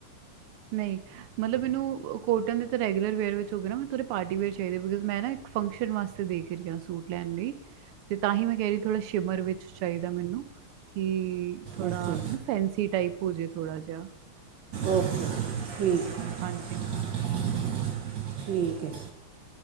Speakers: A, on the right; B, on the right.
A: ਨਈ, ਮਤਲਬ ਮੈਨੂੰ ਕੋਟਨ ਦੇ ਤਾਂ ਰੈਗੂਲਰ ਵੇਅਰ ਵਿੱਚ ਹੋ ਗਏ ਨਾ, ਮੈਂਨੂੰ ਥੋੜੇ ਪਾਰਟੀ ਵੇਅਰ ਚਾਈਦੇ ਆ, ਬਿਕੋਜ਼ ਮੈਂ ਨਾ ਫੰਕਸ਼ਨ ਵਾਸਤੇ ਦੇਖ ਰਈ ਆ ਸੂਟ ਲੈਣ ਲਈ ਤੇ ਤਾਂ ਹੀ ਮੈਂ ਕੈਅ ਰਈ ਥੋੜਾ ਸ਼ਿਮਰ ਵਿੱਚ ਚਾਈਦਾ ਮੈਨੂੰ ਕਿ ਥੋੜਾ
B: ਓਕੇ
A: ਨਾ ਫੈਂਸੀ ਟਾਈਪ ਹੋ ਜੇ ਥੋੜਾ ਜੇਆ
B: ਓਕੇ <inaudible>
A: ਹਾਂਜੀ।
B: <inaudible> ਠੀਕ ਐ,